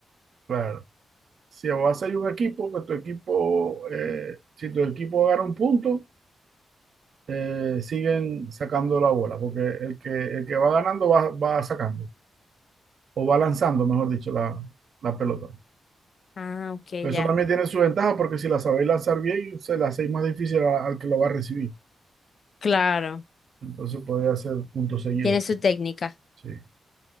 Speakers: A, on the right (about 65°); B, on the left (about 55°).
A: claro, si vas a ir un equipo, que tu equipo, eh, si tu equipo gana un punto, eh, siguen sacando la bola, porque el que, el que va ganando va, va sacando, o va lanzando, mejor dicho, la, la pelota.
B: Ah, ok,
A: Eso
B: ya.
A: también tiene su ventaja, porque si la sabéis lanzar bien, se la hacéis más difícil a- al que lo va a recibir.
B: Claro.
A: Entonces podéis hacer puntos seguidos.
B: Tiene su técnica.
A: Sí.